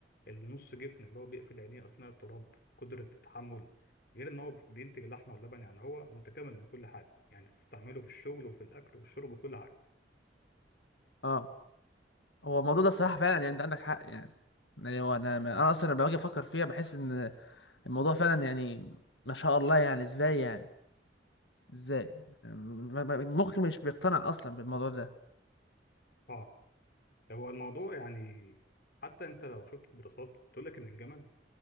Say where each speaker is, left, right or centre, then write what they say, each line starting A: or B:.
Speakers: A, on the left; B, on the left.
A: النص جفن اللي هو بيقفل عينيه اثناء التراب قدره التحمل غير ان هو بينتج اللحمه واللبن يعني هو متكامل من كل حاجه يعني تستعمله في الشغل وفي الاكل والشرب وكل حاجه
B: اه هو الموضوع ده صراحة
A: بس
B: فعلا يعني انت عندك حق يعني يعني هو انا انا اصلا لما باجي افكر فيها بحس ان الموضوع فعلا يعني ما شاء الله يعني ازاي يعني ازاي يعني م- م- مخي مش بيقتنع اصلا بالموضوع ده
A: اه هو الموضوع يعني حتى انت لو شفت الدراسات تقول لك ان الجمل